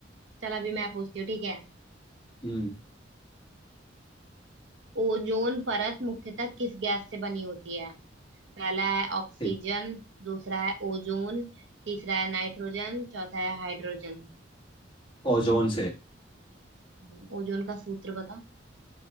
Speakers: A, on the right (about 75°); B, on the left (about 25°).
A: चल अभी मैं पूछती हूँ ठीक है
B: हम्म
A: ओजोन परत मुख्यतः किस गैस से बनी होती है पहला है ऑक्सीजन
B: ठीक
A: दूसरा है ओजोन तीसरा है नाइट्रोजन चौथा है हाइड्रोजन
B: ओजोन से
A: हम्म, ओजोन का सूत्र बता